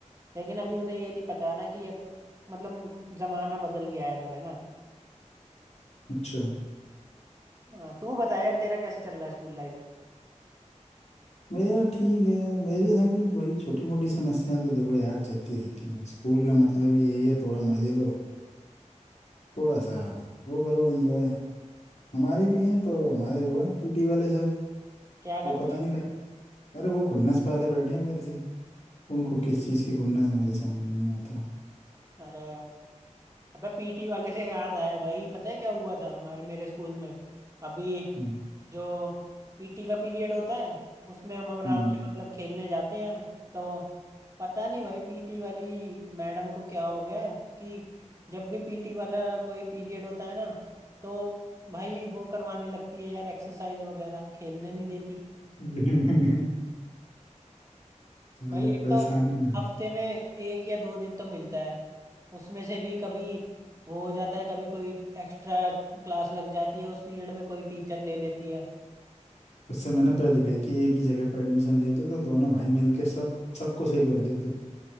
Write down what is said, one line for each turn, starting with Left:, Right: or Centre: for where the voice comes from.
Right: लेकिन अभी उन्हें ये नहीं पता ना कि अब मतलब जमाना बदल गया है सब है ना
Left: अच्छा
Right: हाँ, तू बता यार तेरा कैसे चल रहा है स्कूल लाइफ
Left: मेरा ठीक है मेरे संग भी वही छोटी मोटी समस्याएं तो देखो यार चलती रहती हैं स्कूल का मतलब ही यही है थोड़ा मजे लो थोड़ा सा वो करो एंजॉय हमारे भी हैं तो हमारे वो हैं पीटी वाले सर
Right: क्या
Left: वो
Right: करते
Left: पता
Right: हैं
Left: नहीं खाली अरे वो खुन्नस पाले बैठे हैं मेरे से उनको किस चीज़ की खुन्नस है मेरे समझ में नहीं आता
Right: अरे अबे पीटी वाले से याद आया भाई पता है क्या हुआ था हमारे मेरे स्कूल में अभी
Left: हम्म,
Right: जो पीटी का पीरियड होता है उसमें हम आराम
Left: हाँ
Right: से मतलब खेलने जाते हैं तो पता नहीं भाई पीटी वाली मैडम को क्या हो गया है कि जब भी पीटी वाला कोई पीरियड होता है ना तो भाई वो करवाने लगती है यार एक्सरसाइज वगैरह खेलने नहीं देती
Left: <laughs> सारे
Right: भाई एक
Left: परेशानी
Right: तो
Left: है
Right: हफ्ते में एक या दो दिन तो मिलता है उसमें से भी कभी वो हो जाता है कभी कोई एक्स्ट्रा क्लास लग जाती है उस पीरियड में कोई टीचर ले लेती है
Left: उससे मैंने पहले कही थी एक ही जगह पे एडमिशन लेते तो दोनों भाई मिलके सब सबको सही कर देते